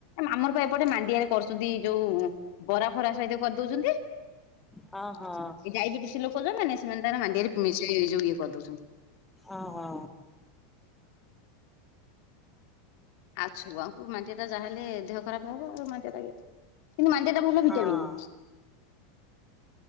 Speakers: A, on the left; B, in the centre.
A: ଆମର ପା ଏପଟେ ମାଣ୍ଡିଆରେ କରୁଛନ୍ତି ଯୋଉ ବରା ଫରା ସହିତ କରିଦଉଛନ୍ତି।
B: ହଁ ହଁ
A: ଡାଇବେଟିସ୍ ଲୋକ ଯଉ ମାନେ ସେମାନେ ମାଣ୍ଡିଆରେ ମି ଏଇୋଉ ଇଏ କରିଦଉଛନ୍ତି।
B: ଓ ହୋ।
A: ଆଉ ଛୁଆଙ୍କୁ ମାଣ୍ଡିଆ ଟା ଯାହାହେଲେ ଦେହ ଖରାପ ହବ ଆଉ। ମାଟିଆ ଟା କେ କିନ୍ତୁ ମାଣ୍ଡିଆଟା ଭଲ
B: ହଁ
A: ଭିଟାମନ୍।